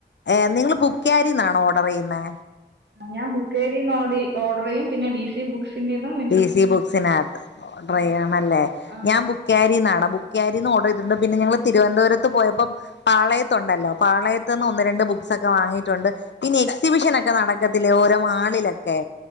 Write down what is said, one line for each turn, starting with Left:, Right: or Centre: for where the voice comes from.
Left: ഏഹ് നിങ്ങൾ ബുക്കേരിന്നാണോ ഓഡറെയ്യുന്നെ?
Right: ആഹ് ഞാൻ ബുക്കാരിന്നോട് ഓഡ്രെയ്യും പിന്നെ ഡി സി ബു ക്സിന്റെന്നും
Left: ഡി സി ബുക്സിനകത്ത് ഓഡറെയ്യണല്ലേ
Right: ആഹ്
Left: ഞാൻ ബു കേരിന്നാണ്. ബുക്കാരിന്ന് ഓഡറയ്ത്ണ്ട്. പിന്ന ഞങ്ങൾ തിരുവന്തപുരത്ത് പോയപ്പം പാളയത്തുണ്ടല്ലോ. പാളയത്ത്ന്ന് ഒന്ന് രണ്ട് ബുക്സൊക്കെ വാങ്ങിയിട്ടുണ്ട് പിന്നെ എക്സിബിഷൻ ഒക്കെ നടക്കത്തില്ലേ ഓരോ മാളിലൊക്കെ